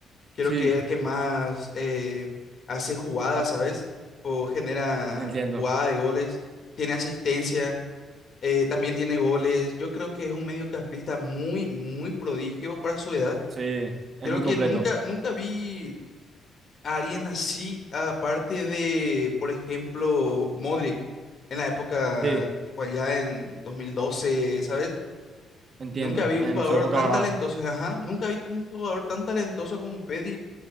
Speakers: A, on the left; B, on the right.
A: Creo
B: Sí,
A: que es el que más eh, hace jugadas, ¿sabes? O genera
B: entiendo.
A: jugada de goles, tiene asistencia eh, también tiene goles. Yo creo que es un mediocampista muy, muy prodigio para su edad.
B: Sí, es
A: Creo
B: muy
A: que
B: completo.
A: nunca, nunca vi a alguien así, aparte de, por ejemplo, Modric, en la época,
B: Sí,
A: tipo allá en 2012, ¿sabes?
B: entiendo.
A: Nunca vi un
B: En
A: jugador
B: su época,
A: tan
B: ¿verdad?
A: talentoso, ajá, nunca vi un jugador tan talentoso como Pedri